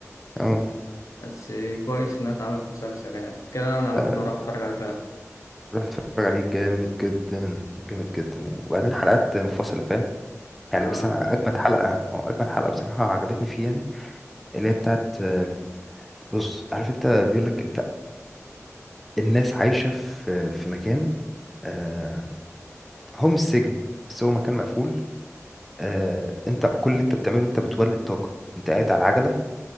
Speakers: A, in the centre; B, on the left.
A: اه
B: بس كويس انها اتعملت مسلسل يعني كده انا ممكن
A: لا،
B: اروح اتفرج عليه فعلا
A: روح اتفرج عليه جامد جدا جامد جدا يعني وبعدين حلقات منفصله فاهم يعني
B: اه
A: بس انا اجمد حلقه اه اجمد حلقه بصراحه عجبتني فيه يعني اللي هي بتاعت آم، بص عارف انت بيقول لك انت الناس عايشه في في مكان آه، هو مش سجن بس هو مكان مقفول آه انت كل اللي انت بتعمله انت بتولد طاقه انت قاعد على العجله